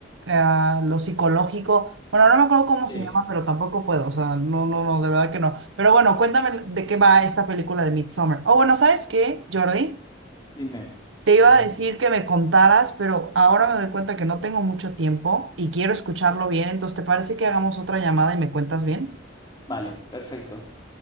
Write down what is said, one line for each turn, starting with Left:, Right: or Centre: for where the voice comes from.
Right: ah, lo psicológico? Bueno, no me acuerdo cómo se
Left: Sí.
Right: llama, pero tampoco puedo, o sea, no, no, no, de verdad que no. Pero bueno, cuéntame de qué va esta película de Midsommar. Oh, bueno, ¿sabes qué, Jordi?
Left: Dime.
Right: Te iba
Left: Melinda.
Right: a decir que me contaras, pero ahora me doy cuenta que no tengo mucho tiempo y quiero escucharlo bien. Entonces, ¿te parece que hagamos otra llamada y me cuentas bien?
Left: Vale, perfecto.